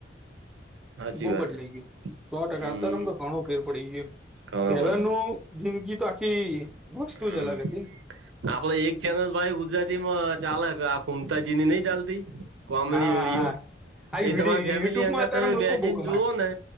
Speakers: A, on the right; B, in the centre.
A: સાચી
B: બહુ
A: વાત
B: બદલાઈ
A: હે.
B: ગયું સો ટકા
A: હમ
B: અતારમ તો ઘણું ફેર પડી ગય એમ
A: ઘણો
B: પેલાનું
A: બધો
B: જિંદગી તો આખી વસ્તુ
A: હમ્મ
B: જ અલગ હતી ને
A: આપડે એક ચેનલ ભાઈ ગુજરાત ઈમ ચાલે આ ફુમતાજીની નઈ ચાલતી કોમેડી
B: હા
A: વિડીયો
B: હા હા. આ યુટ્યુબમાં
A: એ તમારી ફેમિલી હંગાત
B: અત્યારેમ
A: તમે
B: લોકો
A: બેસીને
B: બહુ કમાય
A: જુવઓ ને